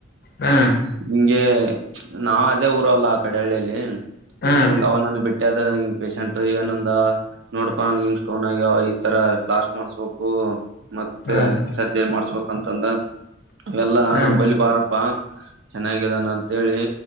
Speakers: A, on the left; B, on the right.
A: ಹ್ಮ್
B: <inaudible> ಇಂಗೆ ನಾ ಅದೇ ಊರಲ್ಲ ಆ ಕಡಹಳ್ಳಿಯಲ್ಲಿ
A: ಹ್ಮ್
B: ಹಿಂಗ ಅವ ನನ್ ಬಿಟ್ಟೆ ಅದ ಪೇಶಂಟ್ ಏನಂದ ನೋಡ್ಪಾ ನನ್ ಹಿಂಗ ಸ್ಟೋನ್ ಆಗ್ಯ ಈತರ ಬ್ಲಾಸ್ಟ್ ಮಾಡ್ಸ್ಬೇಕು ಮತ್ತೆ
A: ಹ್ಮ್
B: ಸಜ್ಜೆ ಮಾಡಸ್ಬೇಕ ಅಂತಂದ <unintelligible> ಲ್ಲ
A: ಹ್ಮ್
B: ನಮ ಬಲ್ಲಿಿ ಬಾರಪ್ಪಾ ಚೆನ್ನಾಗಿದ್ದಾನ ಅಂತ <unintelligible> ಿ